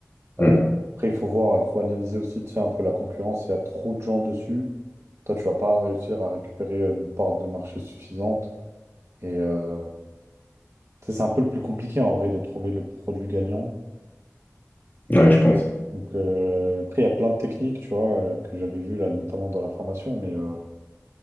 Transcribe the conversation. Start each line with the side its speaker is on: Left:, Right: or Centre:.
Left: vois.
Right: Euh, après, il faut voir, il faut analyser aussi, tu sais, un peu la concurrence. Il y a trop de gens dessus. Toi, tu vas pas réussir à récupérer une part de marché suffisante. Et euh, tu sais, c'est un peu le plus compliqué, en vrai, de trouver le produit gagnant.
Left: Ouais, je pense.
Right: Donc, euh, après, il y a plein de techniques, tu vois, euh, que j'avais vues, là, notamment dans la formation. Mais, euh,